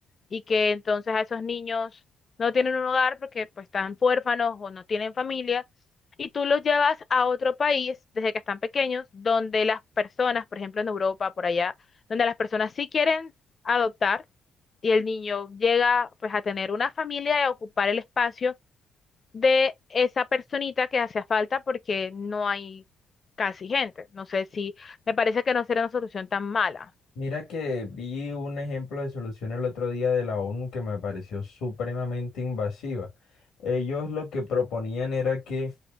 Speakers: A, on the left (about 35°); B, on the left (about 80°).
A: y que entonces a esos niños no tienen un hogar porque pues están huérfanos o no tienen familia y tú los llevas a otro país desde que están pequeños donde las personas, por ejemplo en Europa, por allá, donde las personas sí quieren adoptar y el niño llega pues a tener una familia y a ocupar el espacio de esa personita que hacía falta porque no hay casi gente. No sé si, me parece que no será una solución tan mala.
B: Mira que vi un ejemplo de solución el otro día de la ONU que me pareció supremamente invasiva. Ellos lo que proponían era que